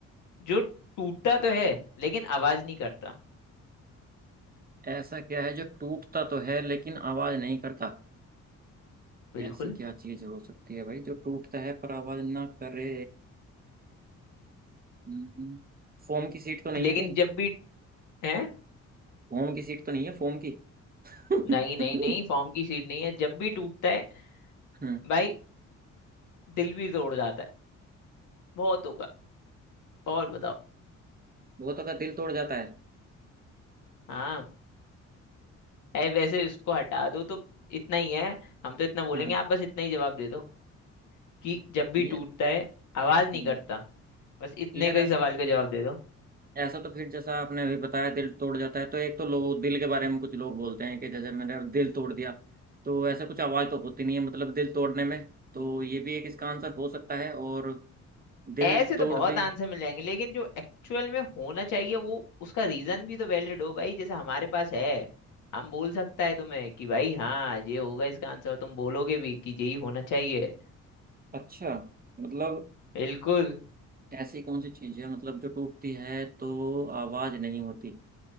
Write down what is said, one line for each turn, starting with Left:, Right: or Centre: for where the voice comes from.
Left: जो टूटता तो है लेकिन आवाज नहीं करता
Right: ऐसा क्या है जो टूटता तो है लेकिन आवाज नहीं करता
Left: बिल्कुल
Right: ऐसी क्या चीज हो सकती है भाई जो टूटता है पर आवाज ना करे हम्म, हम्म। फोम की सीट तो नहीं
Left: लेकिन
Right: है कहीं
Left: जब भी है
Right: फोम की सीट तो नहीं है फोम की <laughs>
Left: नहीं नहीं नहीं फॉर्म की सीट नहीं है जब भी टूटता है
Right: हम्म
Left: भाई दिल भी तोड़ जाता है बहुत होगा और बताओ
Right: बहुतों का दिल तोड़ जाता है
Left: हाँ ऐ वैसे इसको हटा दो तो इतना ही है हम तो इतना बोलेंगे
Right: हम्म
Left: आप बस इतना ही जवाब दे दो कि जब भी
Right: ये
Left: टूटता है आवाज नहीं
Right: हम्म,
Left: करता बस इतने
Right: यार
Left: का
Right: ऐसा
Left: ही सवाल का जवाब दे दो
Right: ऐसा तो फिर जैसा आपने अभी बताया दिल तोड़ जाता है तो एक तो लोग दिल के बारे में कुछ लोग बोलते हैं कि जैसे मैंने दिल तोड़ दिया तो ऐसा कुछ आवाज़ तो होती नहीं है मतलब दिल तोड़ने में तो ये भी एक इसका आंसर हो सकता है और दिल
Left: ऐसे तो
Right: तोड़
Left: बहुत
Right: दे
Left: आंसर मिल जाएंगे लेकिन जो एक्चुअल में होना चाहिए वो उसका रीजन भी तो वैलिड हो भाई जैसे हमारे पास है हम बोल सकता है तुम्हें कि भाई हाँ ये होगा इसका आंसर और तुम बोलोगे भी कि यही होना चाहिए
Right: अच्छा मतलब
Left: बिल्कुल
Right: ऐसी कौन सी चीज़ है मतलब जो टूटती है तो आवाज़ नहीं होती